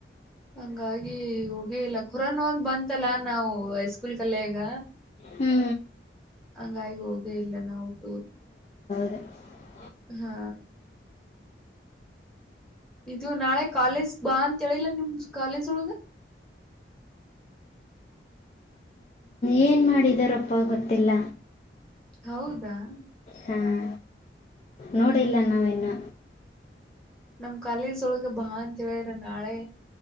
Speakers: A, in the centre; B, on the left (about 35°).
A: ಹಂಗಾಗಿ ಹೋಗೇ ಇಲ್ಲ ಖುರಾನೋಂದ್ ಬಂತಲ್ಲ ನಾವು ಐಸ್ ಫುಲ್ ಕಲ್ಲೆಯಗ
B: ಹ್ಞೂ
A: ಹಂಗಾಗಿ ಹೋಗೇ ಇಲ್ಲ ನಾವು ಟೂರು.
B: ಹ <inaudible>
A: ಹಾ ಇದು ನಾಳೆ ಕಾಲೇಜ್ಗ್ ಬಾ ಅಂತ ಹೇಳಿಲ್ಲ ನಿಮ್ ಕಾಲೇಜ್ ಒಳಗ.
B: ಏನ್ ಮಾಡಿದಾರೊಪ್ಪ ಗೊತ್ತಿಲ್ಲ.
A: ಹೌದಾ?
B: ಹಾಂ ನೋಡಿಲ್ಲ
A: ಹಾ ಹಾ
B: ನಾವಿನ್ನ.
A: ನಮ್ ಕಾಲೇಸೊಳಗೆ ಬಾ ಅಂತ ಹೇಳರ ನಾಳೆ.